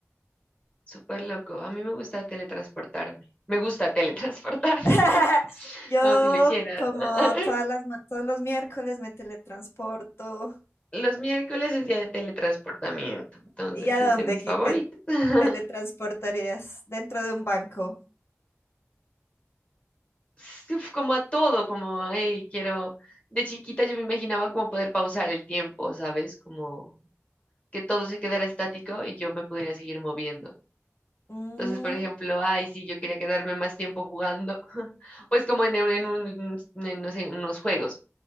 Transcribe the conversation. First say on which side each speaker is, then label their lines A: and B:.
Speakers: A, on the left (about 25°); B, on the left (about 55°).
A: súper loco. A mí me gusta teletransportarme. Me gusta teletransportarme,
B: <laughs>
A: <laughs>
B: Yo,
A: como si lo hiciera.
B: como
A: <laughs>
B: todas las, ma- todos los miércoles, me teletransporto.
A: Los miércoles es día de teletransportamiento, entonces
B: ¿Y a dónde
A: es de mis
B: qui-
A: favoritos.
B: te
A: <laughs>
B: teletransportarías? Dentro de un banco.
A: Sí, uf, Como a todo, como, hey, quiero... De chiquita yo me imaginaba como poder pausar el tiempo, ¿sabes? Como que todo se quedara estático y yo me pudiera seguir moviendo.
B: Mm,
A: Entonces, por ejemplo, ay, sí, yo quería quedarme más tiempo jugando, <laughs> pues como en, un- en, un- en, no sé, unos juegos,